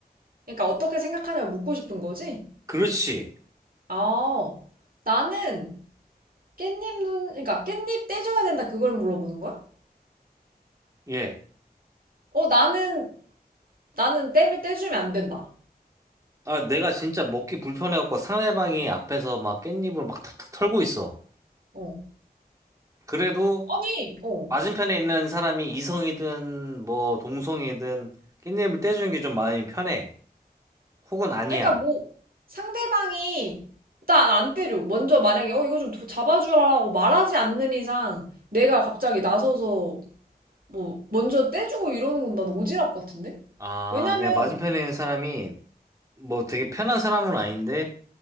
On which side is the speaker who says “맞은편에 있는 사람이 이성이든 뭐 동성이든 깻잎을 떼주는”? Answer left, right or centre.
Right